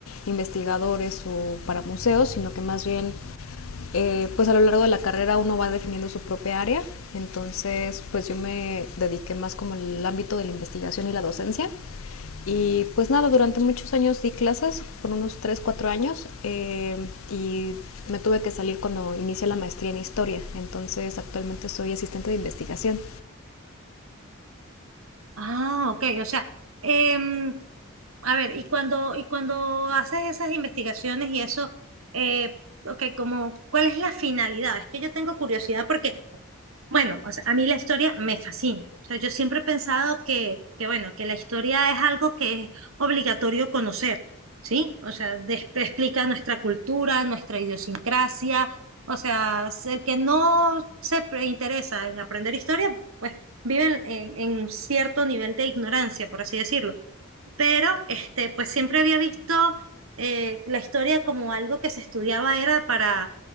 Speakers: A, on the left; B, on the right.
A: investigadores o para museos, sino que más bien eh, pues a lo largo de la carrera uno va definiendo su propia área, entonces pues yo me dediqué más como al ámbito de la investigación y la docencia. Y pues nada, durante muchos años di clases, por unos 3 4 años, eh, y me tuve que salir cuando inicié la maestría en historia, entonces actualmente soy asistente de investigación.
B: Ah, ok, o sea, em, a ver, y cuando, y cuando haces esas investigaciones y eso, eh, ok, como, ¿cuál es la finalidad? Es que yo tengo curiosidad porque Bueno, o sea, a mí la historia me fascina. O sea, yo siempre he pensado que, que bueno, que la historia es algo que es obligatorio conocer, ¿sí? O sea, des- explica nuestra cultura, nuestra idiosincrasia. O sea, s- el que no se pre- interesa en aprender historia, pues vive en, en- en cierto nivel de ignorancia, por así decirlo. Pero, este, pues siempre había visto eh, la historia como algo que se estudiaba era para